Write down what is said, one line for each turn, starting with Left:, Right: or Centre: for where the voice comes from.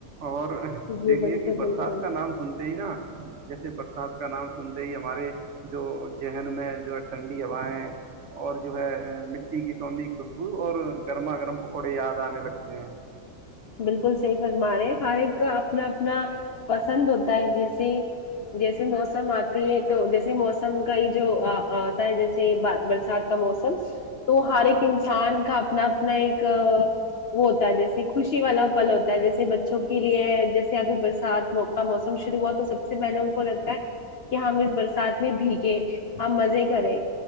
Right: اور
Left: جی
Right: دیکھیے
Left: بالکل
Right: کہ برسات
Left: بالکل
Right: کا نام سنتا ہی نا جیسے پرساد کا نام سنتے ہی ہمارے جو ذہن میں جو ہے ٹھنڈی ہوایں اور جو ہے مٹی کی چونندی خوشبو اور گرما گرم پکوڑے یاد آنے لگتے ہیں
Left: بالکل صحیح فرما رہے ہیں ہر ایک کا اپنا اپنا پسند ہوتا ہے جیسے جیسے موسم آتی ہے تو جیسے موسم کا ہی جو آتا ہے جیس ج برسات کا موسم تو ہر ایک انسان کا اپنا اپنا ایک وہ ہوتا ہے جیسے خوشی والا پھل ہوتا ہے جیسے بچوں کے لیے جیسے اگر برسات کا موسم شروع ہوا تو سب سب سے پہلے ان کو لگتا ہے کہ ہم اس برسات میں بھیگے ہم مزے کریں